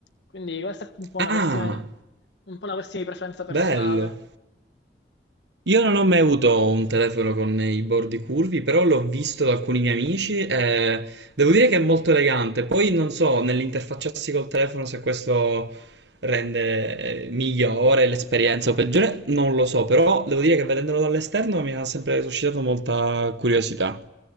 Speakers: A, on the left (about 85°); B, on the right (about 80°).
A: quindi questa è un po'
B: Ah,
A: una questione, un po' una questione di preferenza personale.
B: bello. Io non ho mai avuto un telefono con i bordi curvi, però l'ho visto da alcuni miei amici e devo dire che è molto elegante. Poi non so, nell'interfacciarsi col telefono se questo rende eh, migliore l'esperienza o peggiore, non lo so, però devo dire che vedendolo dall'esterno mi ha sempre suscitato molta curiosità.